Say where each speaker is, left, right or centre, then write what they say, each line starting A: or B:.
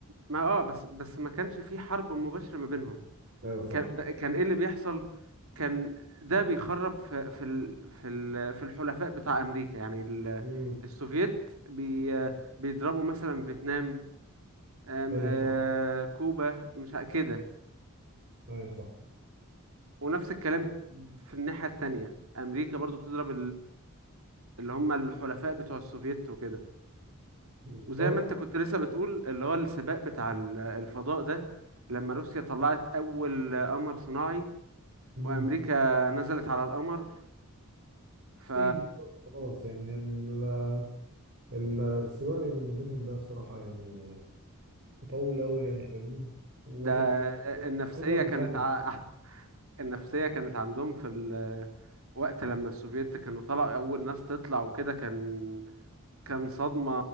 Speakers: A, on the right; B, on the right.
A: ما اه بس بس ما كانش فيه حرب مباشرة ما بينهم
B: ايوه صح
A: كان ب- كان ايه اللي بيحصل كان ده بيخرب في في ال في ال في الحلفاء بتاع امريكا يعني ال-
B: مم.
A: السوفييت بي بيضربوا مثلا فيتنام آم،
B: ايوه
A: آه،
B: صح
A: كوبا مش ع- كده
B: ايوه صح
A: ونفس الكلام الت- في الناحية التانية امريكا برضو بتضرب اللي هم الحلفاء بتوع السوفييت وكده
B: ما
A: وزي ما انت كنت لسه بتقول اللي هو السباق بتاع ال- الفضاء ده لما روسيا طلعت اول قمر صناعي
B: مم.
A: وامريكا نزلت على القمر ف
B: اي خلاص يعني ال... ال... السباق اللي ما بينهم ده الصراحه يعني يطول قوي يعني فاهمني وهي-
A: ده النفسية
B: وهيفضل
A: كانت
B: مكمل
A: ع... <laughs> النفسية كانت عندهم في ال... وقت لما السوفييت كانوا طلعوا اول ناس تطلع وكده كان كان صدمة